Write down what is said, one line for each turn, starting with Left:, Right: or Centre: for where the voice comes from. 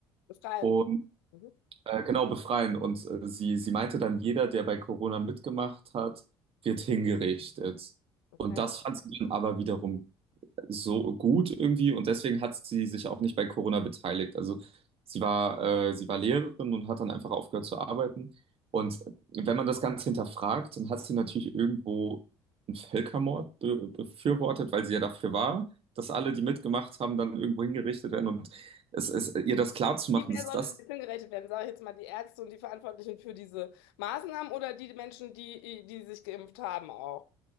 Left: Befreien.
Right: Und
Left: Mhm,
Right: äh, genau, befreien. Und äh, sie, sie meinte dann, jeder, der bei Corona mitgemacht hat, wird hingerichtet.
Left: okay.
Right: Und das fand sie dann aber wiederum so gut irgendwie und deswegen hat sie sich auch nicht bei Corona beteiligt. Also sie war, äh, sie war Lehrerin und hat dann einfach aufgehört zu arbeiten. Und wenn man das Ganze hinterfragt, dann hat sie natürlich irgendwo einen Völkermord be befürwortet, weil sie ja dafür war, dass alle, die mitgemacht haben, dann irgendwo hingerichtet werden. Und es ist ihr das klarzumachen,
Left: Die, wer
Right: dass
Left: sollte
Right: das
Left: denn hingerechnet werden? Sage ich jetzt mal die Ärzte und die Verantwortlichen für diese Maßnahmen oder die Menschen, die, die sich geimpft haben auch?